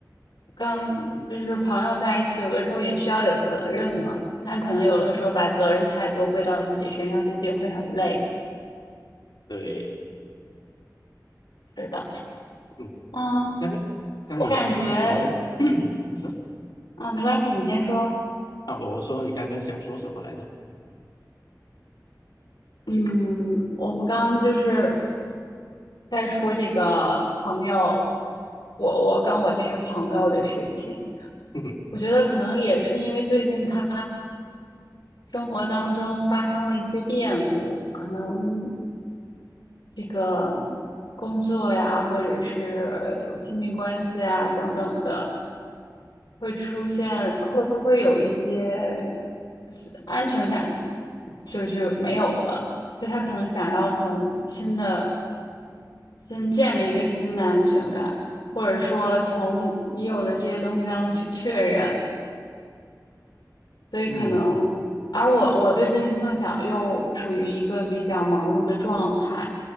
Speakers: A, on the left; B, on the left.
A: 跟就是朋友在一起，有的时候也需要有责任嘛，但可能有的时候把责任太多归到自己身上，自己会很累。
B: 对，
A: 是的，
B: 嗯，
A: 嗯，
B: 刚刚刚刚你想说啥什么呢？
A: 我感觉
B: <coughs> <clears throat> 你说
A: 啊，没关系，你先说。
B: 啊，我说你刚刚想说什么来着？<laughs>
A: 嗯，我们刚刚就是再说这个朋友，我我跟我这个朋友的事情，
B: 嗯
A: 我觉得可能也是因为最近他生活当中发生了一些变故，可能这个工作呀，或者是亲密关系啊等等的，会出现会会有一些安全感就就没有了，就他可能想要从新的。先建立一个新的安全感，或者说从已有的这些东西当中去确认。所以可能，
B: 嗯
A: 而我我最近碰巧又处于一个比较忙碌的状态，